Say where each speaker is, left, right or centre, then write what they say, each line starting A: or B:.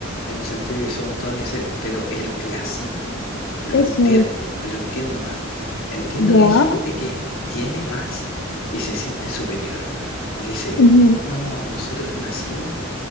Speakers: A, on the left; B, on the left.
A: en el sentido de que somos todos necesarios, pero el clasismo lo
B: eso
A: entiendo,
B: es.
A: lo entiendo más. Entiendo
B: Ya.
A: que hay gente que tiene más y se siente superior. Dice,
B: Ujú,
A: no, nosotros nacimos